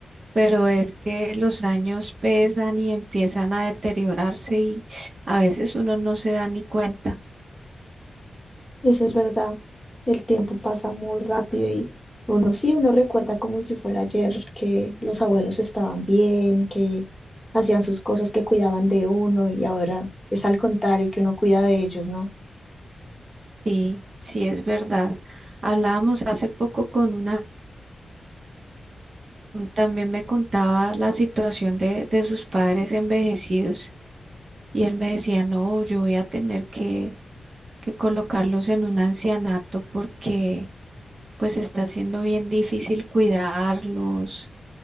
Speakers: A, on the right (about 40°); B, in the centre.
A: Pero es que los años pesan y empiezan a deteriorarse y a veces uno no se da ni cuenta.
B: Eso es verdad. El tiempo pasa muy rápido y uno sí, uno recuerda como si fuera ayer que los abuelos estaban bien, que hacían sus cosas, que cuidaban de uno y ahora es al contrario, que uno cuida de ellos, ¿no?
A: Sí, sí es verdad. Hablábamos hace poco con una, también me contaba la situación de, de sus padres envejecidos y él me decía, no, yo voy a tener que, que colocarlos en un ancianato porque pues está siendo bien difícil cuidarlos